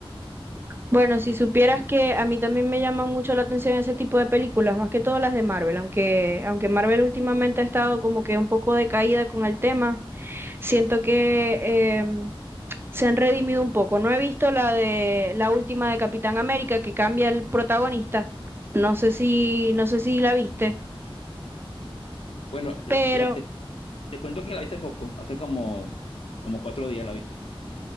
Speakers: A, on the right (about 25°); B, on the left (about 75°).
A: Bueno, si supieras que a mí también me llaman mucho la atención ese tipo de películas, más que todo las de Marvel, aunque, aunque Marvel últimamente ha estado como que un poco decaída con el tema, siento que em, se han redimido un poco. No he visto la de la última de Capitán América que cambia el protagonista. No sé si, no sé si la viste,
B: Bueno,
A: pero
B: la- te, te cuento que hace poco, hace como, como cuatro días la vi.